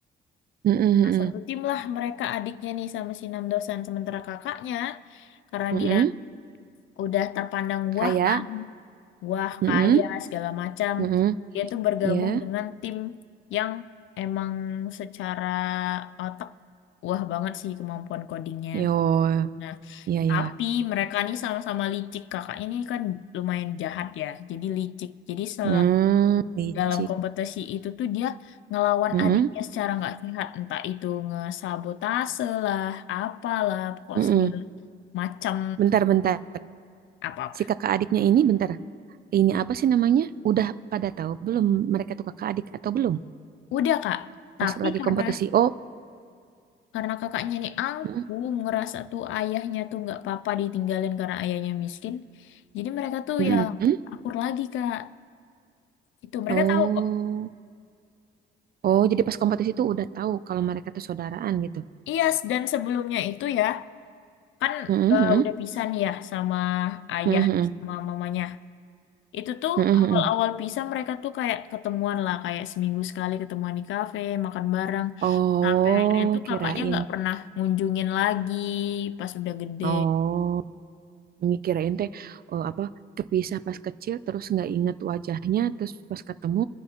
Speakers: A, on the right (about 50°); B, on the left (about 75°).
A: Mm-mm,
B: Nah,
A: mm-mm,
B: satu tim lah mereka adiknya nih sama si Enam Dosan. Sementara kakaknya, karena
A: mm-mm.
B: dia udah terpandang wah
A: Kayak,
B: kan, wah
A: mm-mm,
B: kaya segala macam,
A: mm-mm.
B: dia tuh bergabung
A: Ya,
B: dengan tim yang emang secara otak wah banget sih kemampuan codingnya.
A: yo,
B: Nah,
A: iya
B: Tapi
A: ya.
B: mereka nih sama-sama licik. Kakak ini kan lumayan jahat ya. Jadi licik. Jadi se
A: Hmm, licik.
B: dalam kompetisi itu tuh dia ngelawan
A: Mm-mm,
B: adiknya secara nggak sehat. Entah itu ngesabotase lah, apalah, pokok
A: mm-mm.
B: segala macam
A: Bentar, bentar.
B: apa-apa.
A: si kakak adiknya ini bentar, ini apa sih namanya? Udah pada tahu belum mereka tuh kakak adik atau belum?
B: Udah Kak. Tapi
A: Pas lagi
B: karena
A: kompetisi. Oh,
B: karena kakaknya nih aku
A: mm,
B: ngerasa tuh ayahnya tuh nggak apa-apa ditinggalin karena ayahnya miskin. Jadi mereka tuh
A: mm,
B: ya
A: mm.
B: akur lagi Kak. Itu mereka
A: Oh,
B: tahu kok.
A: oh jadi pas kompetisi itu udah tahu kalau mereka tuh saudaraan gitu.
B: Iya, dan sebelumnya itu ya. kan
A: Mm,
B: eh,
A: mm,
B: udah pisah nih ya sama ayah
A: mm, mm,
B: sama mamanya. Itu tuh
A: mm, mm,
B: awal-awal
A: mm.
B: pisah mereka tuh kayak ketemuan lah, kayak seminggu sekali ketemuan di kafe, makan bareng.
A: Oh,
B: Sampai akhirnya tuh
A: kirain.
B: kakaknya nggak pernah ngunjungin lagi pas udah gede.
A: Oh, ini kirain teh oh, apa kepisah pas kecil terus nggak inget wajahnya terus pas ketemu